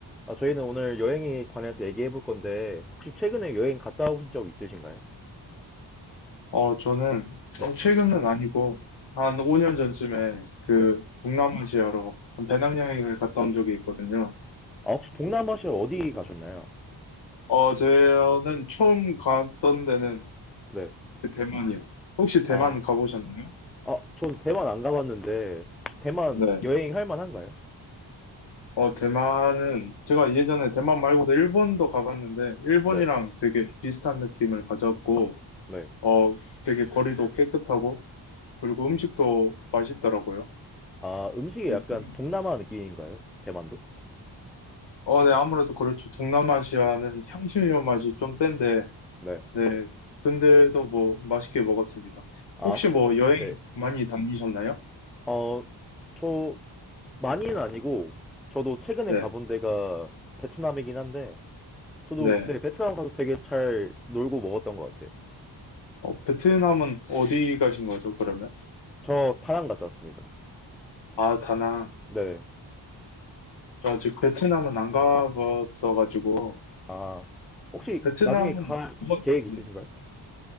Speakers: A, in the centre; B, on the left (about 70°).
A: 아, 저희는 오늘 여행에 관해서 얘기해 볼 건데, 혹시 최근에 여행 갔다 오신 적 있으신가요?
B: 어, 저는,
A: 네,
B: 어, 최근은 아니고, 한 5년 전쯤에 그
A: 네.
B: 동남아시아로 한 배낭여행을 갔다 온 적이 있거든요.
A: 아, 혹시 동남아시아 어디 가셨나요?
B: 어, 저는 처음 갔던 데는
A: 네.
B: 그 대만이요. 혹시 대만
A: 아,
B: 가보셨나요?
A: 아, 전 대만 안 가봤는데, 혹시 대만
B: 네.
A: 여행할 만한가요?
B: 어, 대만은 제가 예전에 대만 말고도 일본도 가봤는데, 일본이랑
A: 네,
B: 되게 비슷한 느낌을 가졌고,
A: 네.
B: 어, 되게 거리도 깨끗하고, 그리고 음식도 맛있더라고요.
A: 아, 음식이
B: 네,
A: 약간 동남아 느낌인가요? 대만도?
B: 어, 네, 아무래도 그렇죠. 동남아시아는 향신료 맛이 좀 센데,
A: 네.
B: 네. 근데도 뭐 맛있게 먹었습니다.
A: 아,
B: 혹시
A: 혹시,
B: 뭐 여행
A: 네.
B: 많이 다니셨나요?
A: 어, 저, 많이는 아니고, 저도 최근에
B: 네.
A: 가본 데가 베트남이긴 한데, 저도,
B: 네.
A: 네, 베트남 가서 되게 잘 놀고 먹었던 것 같아요.
B: 어, 베트남은 어디 가신 거죠, 그러면?
A: 저 다낭 갔다 왔습니다.
B: 아, 다낭.
A: 네.
B: 저 아직 베트남은 안 가봤어가지고.
A: 아, 혹시
B: 베트남은,
A: 나중에 갈
B: 뭐,
A: 계획
B: 네.
A: 있으신가요?